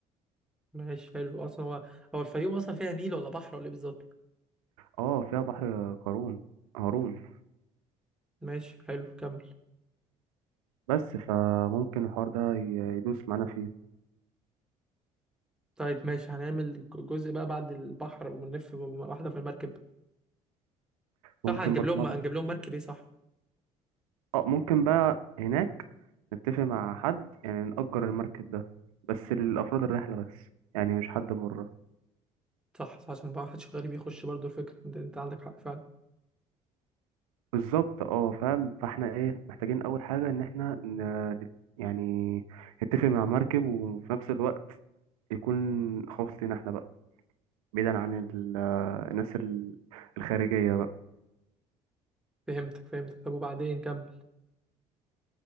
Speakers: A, in the centre; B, on the right.
A: ماشي حلو اصلا هو هو الفيوم اصلا فيها نيل ولا بحر ولا ايه بالظبط
B: اه فيها بحر قارون هارون
A: ماشي حلو كمل
B: بس فممكن الحوار ده ي- يدوس معانا فيه
A: طيب ماشي هنعمل جزء بقى بعد البحر ونلف واحدة في المركب
B: ممكن
A: صح هنجيب
B: برضو
A: لهم هنجيب لهم مركب ايه صح
B: اه ممكن بقى هناك نتفق مع حد يعني نأجر المركب ده بس لأفراد الرحلة بس يعني مش حد بره
A: صح صح عشان بقى محدش غريب يخش برضو الفكرة انت انت عندك حق فعلا
B: بالظبط اه فاهم فاحنا ايه محتاجين أول حاجة إن احنا ن... يعني نتفق مع مركب وفي نفس الوقت يكون خاص لينا احنا بقى بعيدا عن ال- الناس ال- الخارجية بقى
A: فهمتك فهمتك طب وبعدين كمل